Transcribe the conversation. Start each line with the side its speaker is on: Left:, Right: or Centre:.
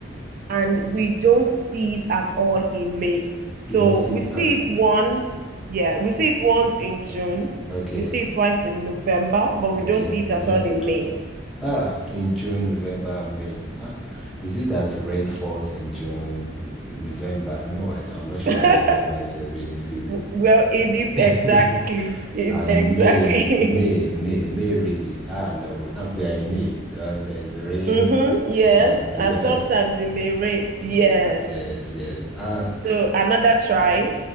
Right: and we don't see it at all in May. So
Centre: You don't see
Right: we
Centre: that.
Right: see it once, yeah, we see it once in June,
Centre: Okay.
Right: we see it twice in November, but we
Centre: Okay,
Right: don't see it
Centre: we
Right: at
Centre: don't
Right: all
Centre: see
Right: in
Centre: it right
Right: May.
Centre: now. Ah, in June, November, and May. Ah, is it that rain falls in June, November? No, I, am not sure
Right: <laughs>
Centre: November is a rainy season.
Right: Well, it
Centre: <laughs>
Right: exactly, it,
Centre: And
Right: exactly.
Centre: May, May,
Right: <laughs>
Centre: May, May really. Ah, no, we, ah, we are in May. Uh, there's rain,
Right: Mm-hmm, yes,
Centre: like the
Right: and
Centre: weather
Right: sometimes
Centre: is.
Right: it may rain. Yes.
Centre: eh, Yes, yes. Ah.
Right: So another try.